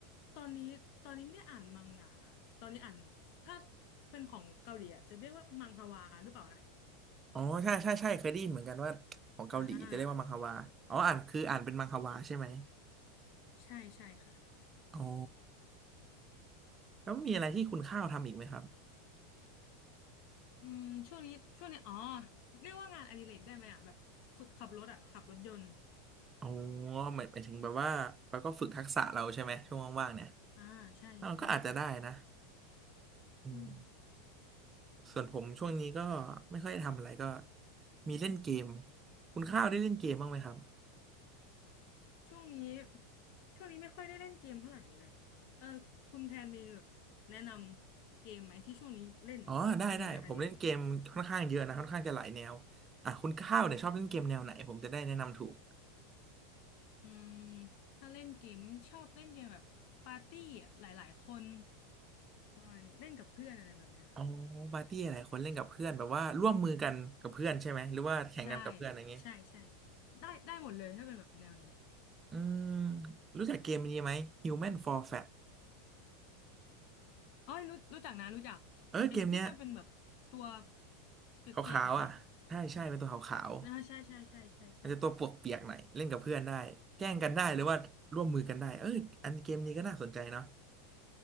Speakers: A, on the left; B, on the right.
A: ตอนนี้ตอนนี้ไม่ได้อ่านมังงะตอนนี้อ่านถ้าเป็นของเกาหลีอะจะเรียกว่ามังฮวาหรือเปล่านะ
B: อ๋อใช่ใช่ใช่เคยได้ยินเหมือนกันว่าของเกาหลีจะเรียกว่ามังฮวาอ๋ออ่านคืออ่านเป็นมังฮวาใช่ไหม
A: อ่าใช่ใช่ค่ะ
B: อ๋อแล้วมีอะไรที่คุณข้าวทำอีกไหมครับ
A: อืมช่วงนี้ช่วงนี้อ๋อเรียกว่างานอดิเรกได้ไหมอ่ะแบบฝึกขับรถอ่ะขับรถยนต์
B: อ๋อหมายหมายถึงแบบว่าเราก็ฝึกทักษะเราใช่ไหมช่วงว่างๆเนี่ย
A: อ่า ใช่ใช่ใช่
B: เราก็อาจจะได้นะอืม
A: อืม
B: ส่วนผมช่วงนี้ก็ไม่ค่อยได้ทำอะไรก็มีเล่นเกมคุณข้าวได้เล่นเกมบ้างไหมครับ
A: ช่วงนี้ช่วงนี้ไม่ค่อยได้เล่นเกมเท่าไหร่เลยเออคุณแทนมีแบบแนะนำเกมไหมที่ช่วงนี้เล่นเป็นงานอดิเรก
B: อ๋อได้ได้ผมเล่นเกมค่อนข้างเยอะนะค่อนข้างจะหลายแนวอ่ะคุณข้าวเนี่ยชอบเล่นเกมแนวไหนผมจะได้แนะนำถูก
A: อืมถ้าเล่นเกมนี่ชอบเล่นเกมแบบปาร์ตี้อะหลายๆคนประมาณนี้เล่นกับเพื่อนอะไรแบบเนี้ย
B: อ๋อปาร์ตี้อะไรคนเล่นกับเพื่อนแบบว่าร่วมมือกันกับเพื่อนใช่ไหมหรือว่าแข่งกันกับเพื่อนอะไรเงี้ย
A: ใช่ใช่ใช่ได้ได้หมดเลยถ้าเป็นแบบแนวนี้
B: อืมรู้จักเกมนี้ไหม Human for Fat
A: อ๋อยรู้รู้จักนะรู้จัก
B: เออเกมเนี้ย
A: ไอ้ที่มันเป็นแบบตัว
B: ขาวๆอ่ะใช่ใช่เป็นตัวขาว
A: เปียกๆหน่อยไหมอ่าใช่ใช่ใช่ใช่ใช่
B: ๆมันจะตัวปวกเปียกหน่อยเล่นกับเพื่อนได้แกล้งกันได้หรือว่าร่วมมือกันได้เอออันเกมนี้ก็น่าสนใจเนาะ
A: ใช่